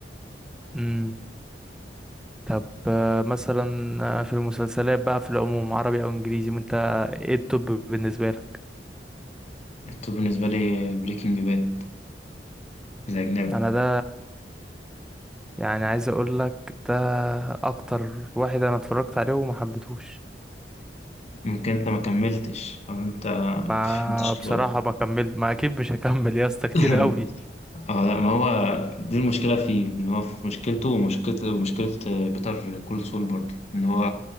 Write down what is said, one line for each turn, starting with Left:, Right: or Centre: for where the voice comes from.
Centre: امم طب آه، مثلا آه، في المسلسلات بقى في العموم عربي او انجليزي انت ايه التوب بالنسبة لك
Left: التوب بالنسبة لي بريكنج باد الأجنبي
Centre: انا ده يعني عايز اقول لك ده اكتر واحد انا اتفرجت عليه وما حبيتهوش
Left: ممكن أنت ما كملتش أو أنت ما
Centre: ما
Left: فهمتش
Centre: بصراحة
Left: الرؤية
Centre: ما كملت ما اكيد مش هكمل يا اسطى كتير
Left: <laughs>
Centre: قوي
Left: اه لا ما هو دي المشكلة فيه إن هو في مشكلته ومشكلة ومشكلة آه، بيتر كول سول برضه إن هو